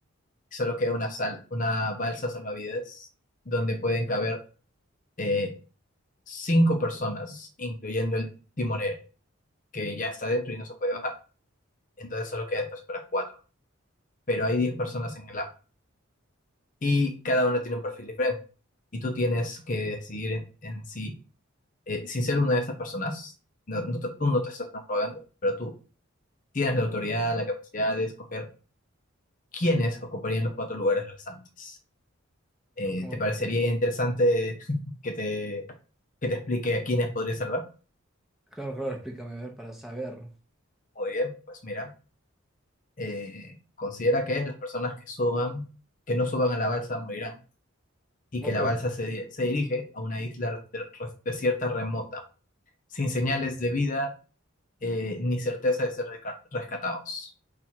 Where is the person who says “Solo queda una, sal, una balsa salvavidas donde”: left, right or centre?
Left